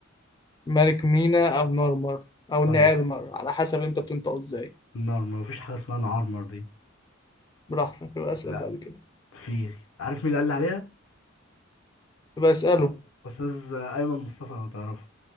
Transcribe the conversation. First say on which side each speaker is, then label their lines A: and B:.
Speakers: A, on the left (about 20°); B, on the left (about 80°).
A: ملك مينا أو نورمر أو
B: طيب
A: نيرمر على حسب أنت بتنطق إزاي
B: النار مفيش حاجة اسمها نعرمر دي
A: براحتك يبقى أسأل
B: لا
A: بعد كده
B: في عارف مين اللي قال لي عليها؟
A: يبقى أسأله
B: أستاذ أيمن مصطفى لو تعرفه